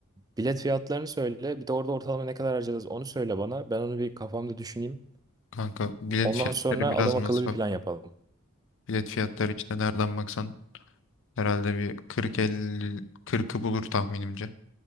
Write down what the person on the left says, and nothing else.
Kanka bilet
fiyatları
biraz
masraflı.
Bilet fiyatları işte nereden baksan herhalde bir kırk 50 kırkı bulur tahminimce.